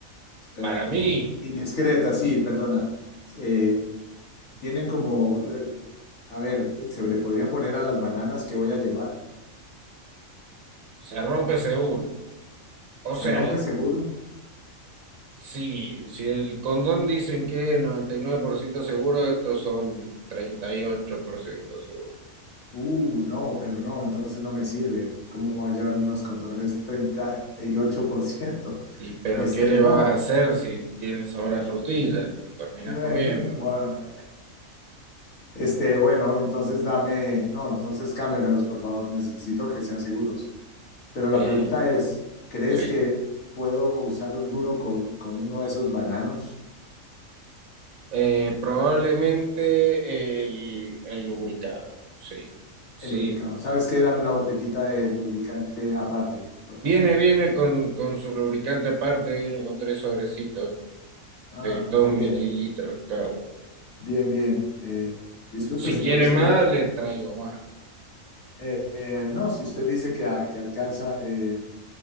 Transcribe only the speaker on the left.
espera,
eh, indiscreta, sí, perdona. Eh, tienen como, la- a ver, se le podrían poner a las bananas que voy a llevar.
¿Se rompe seguro?
Uh, no, pero no, entonces no me sirve. ¿Cómo voy a hallar unos controles 38%?
Este,
no.
Eh,
no, Bueno, este, bueno, entonces dame, no, entonces cámbiamelos, por favor. Necesito que sean seguros. Pero la
pregunta es, ¿crees
que puedo usar alguno con, con uno de esos bananos?
El lubricado. ¿Sabes qué? Dame una botellita de lubricante aparte, por favor.
Ah,
bien,
bien, bien. Eh, disculpe,
señor,
usted.
eh, eh, no, si usted dice que, a- que alcanza. eh,